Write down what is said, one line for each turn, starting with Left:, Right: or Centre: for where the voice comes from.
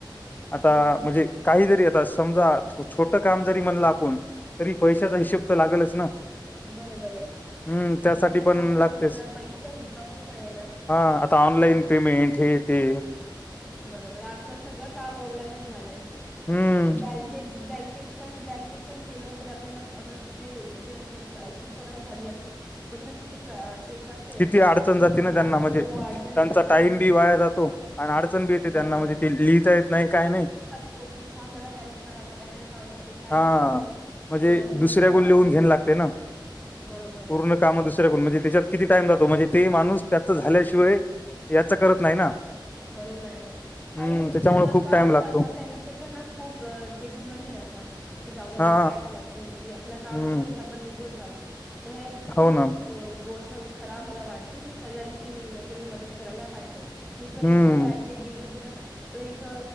Left: आता
Centre: बरोबर
Left: म्हणजे
Centre: आहे.
Left: काहीतरी आता समजा छोटं काम जरी म्हण आपण तरी पैशाचा हिशेब तर लागलच ना
Centre: बरोबर आहे
Left: हम्म
Centre: शिक्षक
Left: त्यासाठी
Centre: नाही
Left: पण
Centre: जाल तर
Left: लागतेच.
Centre: मग त्या पैशाचा हिसाबच नाहीये ना
Left: हा आता ऑनलाईन पेमेंट हे ते
Centre: बरोबर आजकाल सगळं काम ऑनलाईनच झालंय
Left: हम्म
Centre: बँकेत बँकेत पण बँकेत पण गेलो तर आपल्याला अग जे जे शिक्षक झाली असत मग तुला किती कळ ते कष्ट येतो
Left: किती
Centre: की
Left: अडचण जाते
Centre: हे
Left: ना
Centre: का
Left: त्यांना म्हणजे
Centre: हो
Left: त्यांचा
Centre: अडचण येते की
Left: टाइम
Centre: हा हे
Left: बी वाया जातो अन अडचण डचण बि येते
Centre: बरोबर
Left: त्यांना म्हणजे ते लिहिता येत नाही काही नाही
Centre: तो की हा मला हेल्प करा मला हे सांगा हे काय
Left: हा
Centre: लिहिलं येतं
Left: म्हणजे
Centre: की मला हे
Left: दुसऱ्या
Centre: विचारा
Left: गण लिहून
Centre: हो
Left: घेन लागतय ना
Centre: बरोबर आहे.
Left: पूर्ण काम दुस म्हणजे त्याच्यात किती टाइम जातो म्हणजे ते माणूस त्याचा झाल्याशिवाय याच करत नाही ना
Centre: बरोबर आहे
Left: हम्म
Centre: आणि किती
Left: त्याच्यामुळे
Centre: तर लोकं
Left: खूप टाइम
Centre: असतात
Left: लागतो
Centre: ना त्यांनी चे पण ना खूप घमंडी असतात कि जाऊ दे आपल्याला
Left: हा
Centre: काय करायचं नाही कि आपलं काम
Left: हम्म
Centre: करूच आपण निघून जाऊ तर हे खूप
Left: हो ना
Centre: अ गोष्ट खराब मला वाटते की सगळ्यांची आपल्याला मदत करायला पाहिजे मी पण
Left: हम्म
Centre: एकदा बँक केत गेली होती ना एक